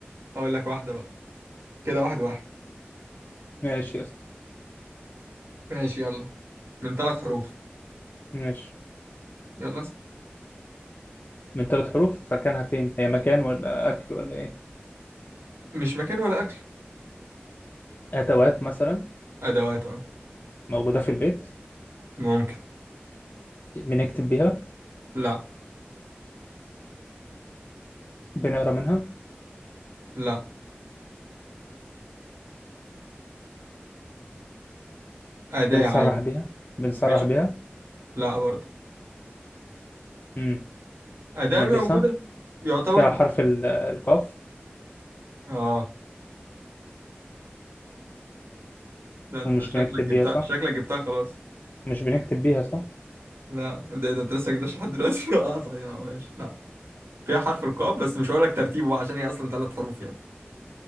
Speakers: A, on the right; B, on the left.
A: هقول لك واحدة بقى كده واحد واحد
B: ماشي يا اسطى
A: ماشي يلا من ثلاث حروف
B: ماشي
A: يلا اسأل.
B: من ثلاث حروف فكانها فين هي مكان ولا أكل ولا إيه
A: مش مكان ولا أكل
B: أدوات مثلا
A: أدوات أه
B: موجودة في البيت
A: ممكن
B: بنكتب بيها
A: لا
B: بنقرا منها
A: لا أداة
B: بنسرح
A: عادي
B: بيها بنسرح
A: مش
B: بيها
A: لا برضه
B: امم
A: أداة
B: بنلبسها
A: موجودة يعتبر
B: فيها حرف ال- القاف
A: اه ده انت
B: ومش
A: شكلك
B: بنكتب
A: جبتها
B: بيها صح
A: شكلك جبتها خلاص
B: مش بنكتب بيها صح
A: لا ده ده انت لسه جبتش لحد دلوقتي <laughs> اه طيب اه ماشي لا فيها حرف القاف بس مش هقول لك ترتيبه بقى عشان هي اصلا ثلاث حروف يعني